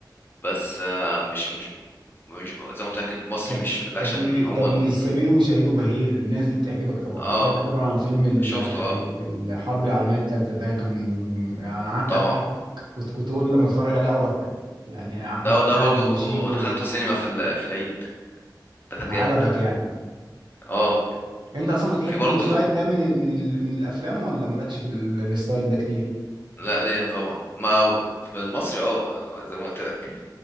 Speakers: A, on the left (about 30°); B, on the right (about 80°).
A: بس آه، مش مش مش بقى- زي ما قلت لك المصري
B: طب
A: مش في الاكشن
B: طب و...
A: عموما
B: طب وسمير وشهير وبهير الناس دي بتعجبك طبعا أنت
A: اه
B: عارف طبعا على فيلم ال...
A: شفته
B: ال...
A: اه
B: الحرب العالميه الثالثه ده كان انا قعدت
A: طبعا
B: اضحك كنت كنت كل لما اتفرج عليه اقعد اضحك يعني احمد
A: ده ده
B: فهمي
A: برضو
B: وشيكو
A: دخلته سينما في ال- في العيد ده كان
B: عجبك
A: جامد ده
B: يعني
A: اه
B: انت اصلا بتحب
A: وفي برضو
B: الستايل ده من ال... من ال... من الافلام ولا مالكش في ال... الستايل ده كتير
A: لا ليا طبعا ما في المصري اه زي ما قلت لك